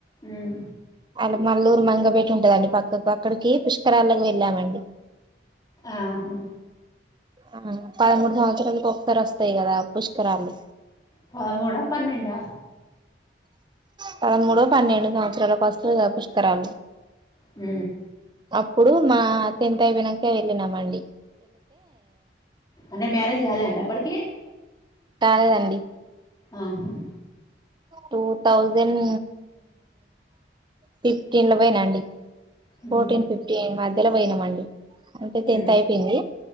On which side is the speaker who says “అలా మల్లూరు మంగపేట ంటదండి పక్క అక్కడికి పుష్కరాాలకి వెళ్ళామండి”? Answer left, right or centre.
Right